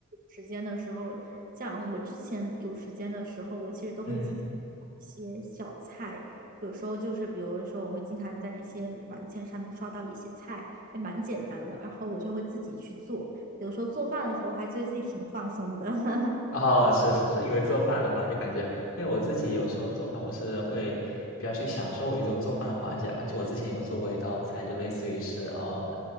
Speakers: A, on the right; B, on the left.
A: 时间的时候，像我之前有时间的时候，我其实都会自己做一些小菜。
B: 嗯。
A: 有时候就是比如说，我会经常在一些软件上面刷到一些菜，还蛮简单的，然后我就会自己去做。有时候做饭的时候，我还觉得自己挺放松的，<laughs>
B: 哦，是是是，因为做饭的话就感觉因为我自己有时候做饭，我是会比较去享受我一种做饭的环节啦。就我之前有做过一道菜，就类似于是呃，